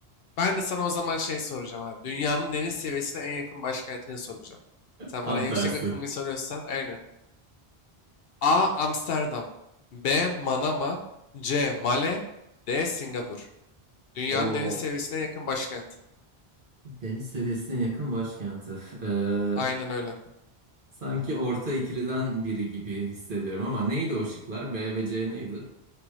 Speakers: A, on the left; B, on the right.
A: ben de sana o zaman şey soracağım abi. Dünyanın deniz seviyesine en yakın başkentini soracağım. Sen
B: Tam
A: bana en yüksek
B: tersi.
A: rakımını soruyorsan aynen. A. Amsterdam. B. Manama. C. Male. D. Singapur. Dünyanın
B: O
A: deniz seviyesine en yakın başkenti.
B: deniz seviyesine yakın başkenti. Ee,
A: Aynen öyle.
B: sanki orta ikiliden biri gibi hissediyorum ama neydi o şıklar? B ve C neydi?